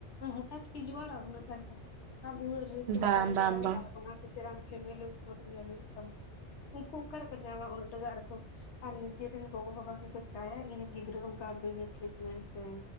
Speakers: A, on the left (about 75°); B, on the right (about 70°).
A: ᱦᱚᱴᱟᱛ ᱠ ᱡᱩᱣᱟᱲᱼᱟ ᱩᱱᱟᱹᱜ ᱜᱟᱱ ᱴᱟᱠᱟ ᱟᱢ ᱩᱱᱟᱹᱜ ᱨᱤᱥ
B: ᱵᱟᱝ
A: ᱪᱟᱹᱞᱩ
B: ᱵᱟᱝ
A: ᱵᱟᱲᱟᱭᱟ
B: ᱵᱟᱝ
A: ᱟᱨ ᱚᱱᱟ, ᱛᱮ ᱟᱢ ᱯᱷᱮᱢᱮᱞᱤ ᱩᱯᱚᱨ ᱧᱮᱧ ᱦᱚᱭᱚᱜ ᱛᱟᱢᱟ ᱾ ᱩᱱᱠᱩᱚᱠᱟᱨᱮ ᱠᱚ ᱧᱟᱢᱟ ᱩᱱᱟᱜᱴᱟᱠᱟ ᱟᱨ ᱱᱤᱡᱮᱨ ᱨᱮᱱ ᱜᱚᱜᱚ ᱵᱟᱵᱟ ᱜᱮᱠᱚ, ᱪᱟᱸᱭ ᱤᱧ ᱜᱤᱫᱽᱨᱟᱹ ᱚᱱᱠᱟ ᱵᱮᱢᱮᱴᱨᱤᱠ ᱢᱮᱱ ᱛᱮ,